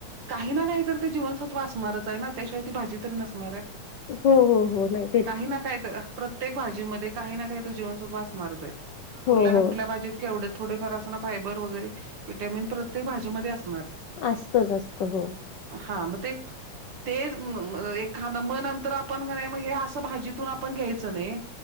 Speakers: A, on the right; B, on the left.
A: काही ना काही तर ते जीवनसत्व असणारच आहे ना त्याशिवाय ती भाजी तरी नसणाराय.
B: हो हो हो नाई.
A: काही ना काही तर प्रत्येक भाजीमध्ये काही ना काही तर जीवनसत्व असणारच आहेत.
B: हो
A: कुठल्या ना
B: हो
A: कुठल्या भाजीत केवढे थोडे फार असंना फायबर वगैरे विटॅमिन प्रत्येक भाजीमध्ये अस
B: असतंच असतं हो.
A: हा मग ते तेच म म एखादं म नंतर आपण कनाय मग हे असं भाजीतून आपण घ्यायचं नाही.